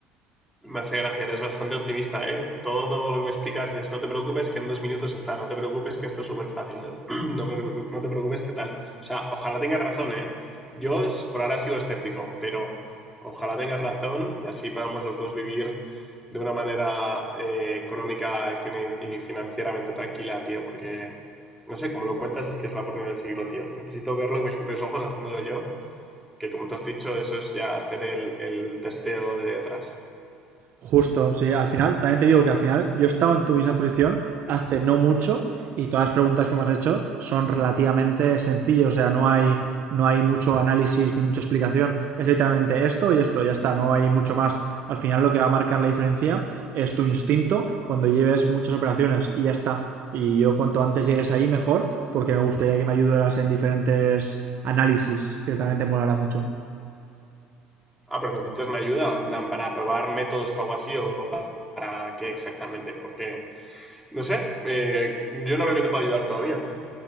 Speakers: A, in the centre; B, on the right (about 50°).
A: Me hace gracia, eres bastante optimista, ¿eh? Todo lo que me explicas es, no te preocupes que en dos minutos está, no te preocupes que esto es súper fácil, no, <clears throat> no preocu- no te preocupes que tal. O sea, ojalá tengas razón, ¿eh? Yo es- por ahora sigo escéptico, pero ojalá tengas razón y así podamos los dos vivir de una manera eh, económica y, fini- y financieramente tranquila, tío, porque, no sé, como lo cuentas es que es la oportunidad del siglo, tío. Necesito verlo con mis propios ojos haciéndolo yo, que como tú has dicho, eso es ya hacer el, el testeo de detrás.
B: Justo, sí, al final, también te digo que al final yo he estado en tu misma posición hace no mucho y todas las preguntas que me has hecho son relativamente sencillas, o sea, no hay, no hay mucho análisis ni mucha explicación, es literalmente esto y esto, ya está, no hay mucho más. Al final lo que va a marcar la diferencia es tu instinto cuando lleves muchas operaciones y ya está. Y yo cuanto antes llegues ahí mejor porque me gustaría que me ayudaras en diferentes análisis, que también te molará mucho.
A: Ah, pero necesitas mi ayuda, en plan, para probar métodos o algo así, o pa- para qué exactamente, porque, no sé, eh, yo no veo que te pueda ayudar todavía.